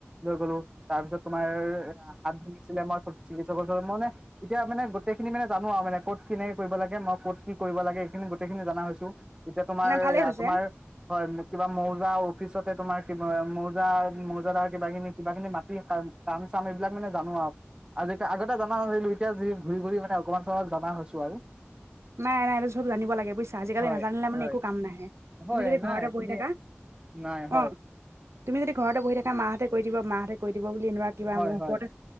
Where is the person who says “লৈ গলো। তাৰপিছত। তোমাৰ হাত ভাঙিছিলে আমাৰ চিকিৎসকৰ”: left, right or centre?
Right